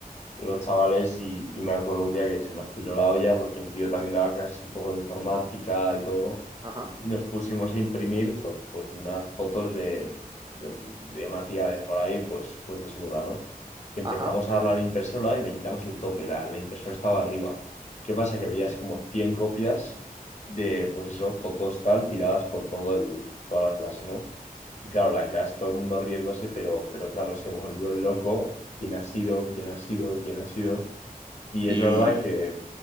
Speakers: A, on the left (about 50°); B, on the right (about 30°).
A: los chavales y, y me acuerdo un día que se nos piró la olla porque el tío también daba clases un poco de informática y todo
B: Ajá,
A: y nos pusimos a imprimir pues, pues unas fotos de, pues, de- de una tía de por ahí, pues, pues desnuda, ¿no? Que empezamos
B: ajá.
A: a darle a la impresora y le quitamos el tope, la, la impresora estaba arriba. ¿Qué pasa? Que veías como 100 copias de, pues eso, fotos tal, tiradas por todo el, toda la clase, ¿no? Y claro, la clase, todo el mundo riéndose, pero, pero claro, se volvió loco. ¿Quién ha sido? ¿Quién ha sido? ¿Quién ha sido? Y
B: Y,
A: es verdad que